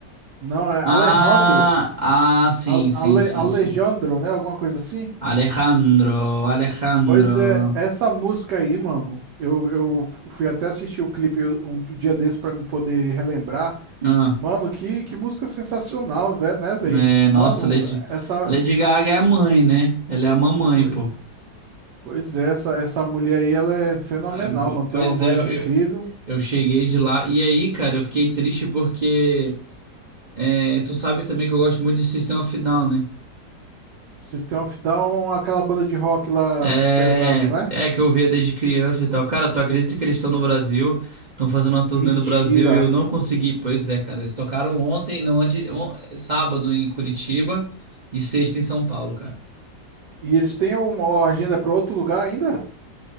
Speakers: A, on the right; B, on the right.
A: Não, é Alejandro.
B: Ah, ah, sim,
A: Ale-
B: sim,
A: Ale-
B: sim,
A: Alejandro,
B: sim.
A: né? Alguma coisa assim?
B: Alejandro, Alejandro.
A: Pois é, essa música aí, mano, eu, eu fui até assistir o clipe um, um dia desse pra me poder relembrar.
B: Ah,
A: Mano, que, que música sensacional, vé- né, velho?
B: é, nossa,
A: Mano,
B: Lady,
A: essa.
B: a Lady Gaga é a mãe, né? Ela é a mamãe,
A: Pois
B: pô.
A: pois é, essa, essa mulher aí, ela é fenomenal,
B: É, bo-
A: mano.
B: pois
A: Tem uma voz
B: é,
A: incrível.
B: eu, eu cheguei de lá. E aí, cara, eu fiquei triste porque é, tu sabe também que eu gosto muito de System of a Down, né?
A: System of Down, aquela banda de rock lá
B: É,
A: pesado, né?
B: é que eu ouvia desde criança e tal. Cara, tu acredita que eles estão no Brasil? Estão fazendo uma turnê
A: Mentira.
B: no Brasil e eu não consegui. Pois é, cara, eles tocaram ontem, não, antes, on- sábado em Curitiba e sexta em São Paulo, cara.
A: E eles têm uma agenda pra outro lugar ainda?